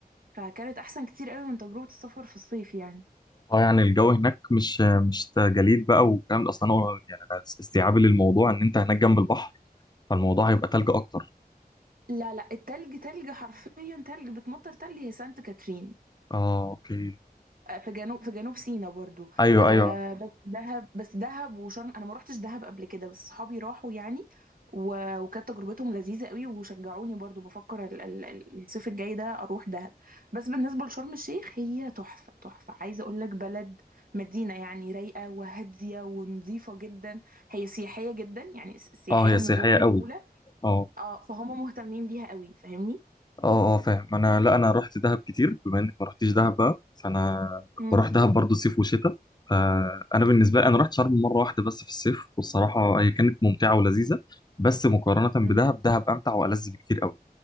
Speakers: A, on the right; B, on the left.
A: فكانت احسن كتير قوي من تجربة السفر في الصيف يعني
B: اه يعني الجو هناك مش مش جليد بقى والكلام ده اصلا انا يعني انا استيعابي للموضوع ان انت هناك جنب البحر فالموضوع هيبقى تلج اكتر
A: لا لا التلج تلج حرفيا تلج بتمطر تلج هي سانت كاترين
B: اه اوكي
A: آه، في جنوب في جنوب سيناء برضو
B: ايوه
A: آه
B: ايوه
A: بس دهب بس دهب وشرم انا ما روحتش دهب قبل كده بس صحابي راحوا يعني و... وكانت تجربتهم لذيذة قوي وشجعوني برضو بفكر ال... ال... ال- الصيف الجاي ده اروح دهب بس بالنسبة لشرم الشيخ هي تحفة تحفة عايزة اقول لك بلد مدينة يعني رايقة وهادية ونظيفة جدا هي سياحية جدا يعني س- سياحية
B: اه هي
A: من
B: سياحيه
A: الدرجة
B: قوي
A: الأولى
B: اه
A: اه فهم مهتمين بيها قوي فاهمني
B: اه اه فاهم انا لا انا رحت دهب كتير بما انك ما رحتيش دهب بقى فانا
A: امم
B: بروح دهب برضو صيف وشتاء فانا بالنسبه لي انا رحت شرم مره واحده بس في الصيف والصراحه هي كانت ممتعه ولذيذه بس مقارنه بدهب
A: امم
B: دهب امتع والذ بكتير قوي